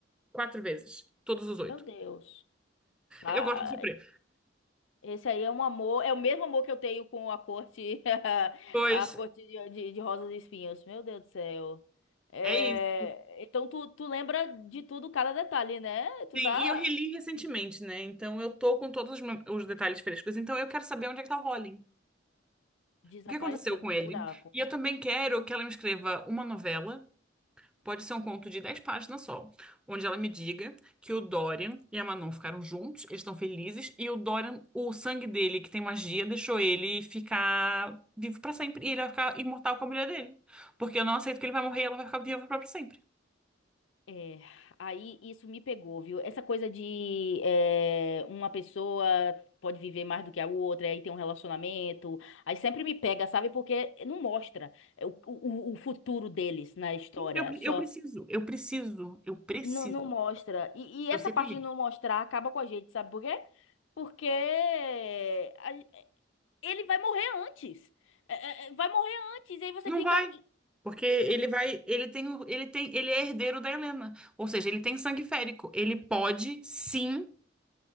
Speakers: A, in the centre; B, on the left.
A: quatro vezes. Todos os oito.
B: Meu Deus. Tá?
A: Eu gosto de sofrer.
B: Esse aí é um amor, é o mesmo amor que eu tenho com a corte, <laughs>
A: Pois
B: a corte de, de, de rosas e espinhos. Meu Deus do céu. É,
A: É isso.
B: então tu, tu lembra de tudo, cada detalhe, né? Tu
A: Sim,
B: tá
A: e eu reli recentemente, né? Então eu tô com todos os mom- os detalhes frescos. Então eu quero saber onde é que tá o Rowling.
B: desapareceu
A: O que aconteceu com
B: no
A: ele?
B: buraco.
A: E eu também quero que ela me escreva uma novela, pode ser um conto de 10 páginas só, onde ela me diga que o Dorian e a Manon ficaram juntos, eles estão felizes, e o Dorian, o sangue dele, que tem magia, deixou ele ficar vivo pra sempre. E ele vai ficar imortal com a mulher dele. Porque eu não aceito que ele vai morrer e ela vai ficar viva pra sempre.
B: É, aí isso me pegou, viu? Essa coisa de é, uma pessoa pode viver mais do que a outra, aí tem um relacionamento, aí sempre me pega, sabe? Porque não mostra o, o, o futuro deles na história,
A: Eu, pre-
B: só
A: eu preciso, eu preciso, eu preciso.
B: Não, não mostra. E, e
A: Eu
B: essa
A: ser
B: parte
A: feliz.
B: de não mostrar acaba com a gente, sabe por quê? Porque a- ele vai morrer antes. É, é, é, vai morrer antes. E aí você
A: Não
B: fica.
A: vai.
B: E,
A: Porque ele
B: e o-
A: vai, ele tem, o- ele tem, ele é herdeiro da Helena. Ou seja, ele tem sangue férico. Ele pode, sim,